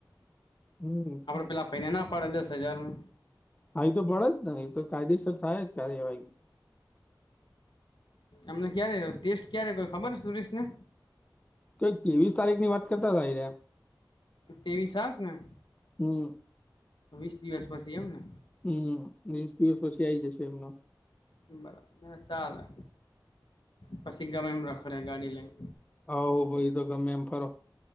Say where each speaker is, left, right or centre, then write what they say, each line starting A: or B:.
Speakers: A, on the left; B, on the left.
A: હમ્મ
B: પહેલા ફેને ના પડે દસ હજારમાં
A: હા, એ તો પળે જ ને એ તો કાયદેસર થાય જ કાર્યવાહી
B: એમને ક્યારે ટેસ્ટ ક્યારે કોઈ ખબર સુુરિશ ને
A: તોઈ ત્રેવીસ તારીખ ની વાત કરતા એ
B: તેવી સાત ને?
A: હમ્મ
B: વીસ દિવસ પછી એમ ને
A: હમ્મ વીસ દિવસ પછી આ આવી જશે એમનો
B: બરાબર ચાલે પછી ગમે એમ રખડે ગાડી લઈને
A: આવ ભાઈ તો ગમે એમ ફરો